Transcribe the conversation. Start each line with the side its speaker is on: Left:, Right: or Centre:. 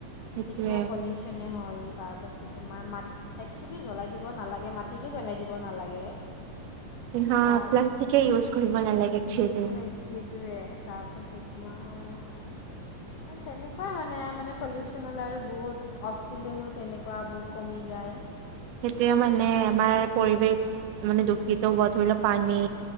Right: সেইটোৱে
Left: সেইটো পলিউ উচনে হ'ল তাৰপাছত তোমাৰ মাত একচুৱেলি জ্বলাই দিব নালাগে মাটিতো পেলাই দিব নালাগে।
Right: হা
Left: তাৰ
Right: প্লাষ্টিকে ইউজ কৰিব নালাগে এক্সুৱেলি।
Left: সেই সেইটোৱে তাৰপাছত তোমাৰ আৰু তেনেকুৱাই মানে মানে পলিউচন হ'লে আৰু বহুত অক্সিজেনো তেনেকুৱা বহুত কমি যায়।
Right: সেইটোয়ে মানে আমাৰ পৰিৱেশ মানে দূষিত হোৱা ধৰি লও পানী,